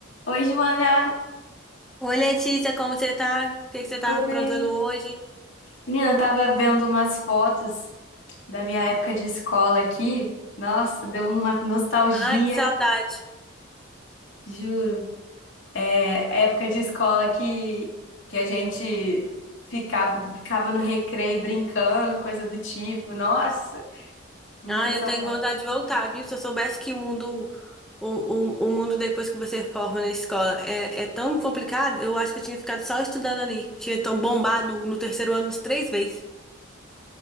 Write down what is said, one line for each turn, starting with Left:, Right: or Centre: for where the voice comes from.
Left: Oi, Joana,
Centre: Oi, Letícia, como você tá? O que que você tá
Left: tudo
Centre: aprontando
Left: bem?
Centre: hoje?
Left: Menina, eu tava vendo umas fotos da minha época de escola aqui. Nossa, deu uma nostalgia,
Centre: Ai, que saudade.
Left: juro. É, época de escola que, que a gente ficava, ficava no recreio brincando, coisa do tipo. Nossa, muita
Centre: Ai,
Left: saudade.
Centre: eu tenho vontade de voltar, viu? Se eu soubesse que o mundo, o, o, o mundo depois que você forma na escola é, é tão complicado, eu acho que eu tinha ficado só estudando ali. Tinha tão bombado no terceiro ano uns três vezes.